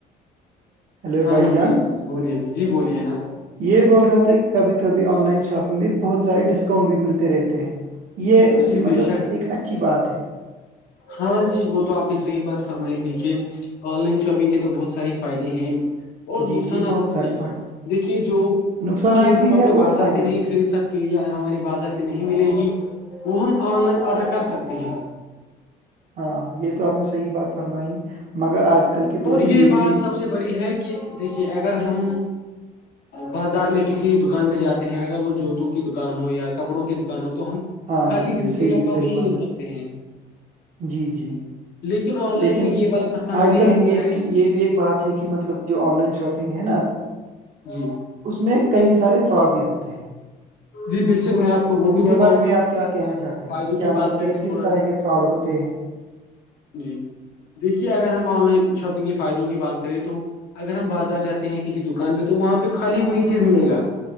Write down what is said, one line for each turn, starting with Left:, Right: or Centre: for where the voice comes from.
Right: ہیلو
Left: ہاں
Right: بھائی
Left: جی
Right: جان
Left: بولیے جی بولیے ہاں
Right: یہ بول رہا تھا کہ کبھی کبھی آن لائن شاپنگ میں بہت سارے ڈسکاؤنٹ بھی ملتے رہتے ہیں یہ اس
Left: جی
Right: کی
Left: بے
Right: مطلب
Left: شک
Right: ایک اچھی بات ہے
Left: ہاں جی وہ تو آپ نے صحیح بات فرمائی دیکھیے آن لائن شاپنگ کے تو بہت سارے فائدے ہیں اور
Right: جی
Left: نقصانات
Right: جی بہت سارے
Left: بھی ہے
Right: فائدے
Left: دیکھیے جو
Right: نقصانات
Left: چیز
Right: بھی
Left: ہم اپنے
Right: ہے اور
Left: بازار
Right: فائدے
Left: سے
Right: بھی
Left: نہیں
Right: ہیں
Left: خرید سکتے کہ یا ہمارے بازار میں نہیں ملے گی وہ ہم آن لائن آڈر کر سکتے ہیں
Right: ہاں یہ تو آپ نے صحیح بات فرمائی مگر آج کل کے دور
Left: اور یہ
Right: میں
Left: بات
Right: بھی
Left: سب سے بڑی ہے کہ دیکھیے اگر ہم بازار میں کسی دکان پہ جاتے ہیں اگر وہ جوتوں کی دکان ہو یا کپڑوں کی دکان ہو تو ہم
Right: ہاں
Left: خالی
Right: جی
Left: جوتے
Right: صحیح
Left: یا کپ
Right: صحیح
Left: ڑے ہی
Right: بات
Left: لے سکتے ہیں
Right: ہے جی جی
Left: لیکن آن لائن
Right: لیکن
Left: میں یہ والا مسئلہ
Right: آج
Left: نہیں
Right: کل
Left: رہتا
Right: یہ
Left: ہے
Right: بھی یہ بھی ایک بات ہے کہ مطلب جو آن لائن شاپنگ ہے نا
Left: <unintelligible>
Right: اس میں کئی سارے فراڈ بھی ہوتے ہیں
Left: جی بے شک میں آپ کو وہ بھی
Right: اس کے
Left: بتاؤں
Right: بارے
Left: گا
Right: میں آپ کیا کہنا چاہتے ہو
Left: فائدوں
Right: کیا
Left: کی
Right: مطلب
Left: بات کر
Right: کہ
Left: لے
Right: کس
Left: تھوڑا
Right: طرح
Left: سا
Right: کے فراڈ ہوتے ہیں
Left: جی دیکھیے اگر ہم آن لائن شاپنگ کے فائدوں کی بات کریں تو اگر ہم بازار جاتے ہیں کسی دکان پہ تو وہاں پہ خالی وہی چیز ملے گا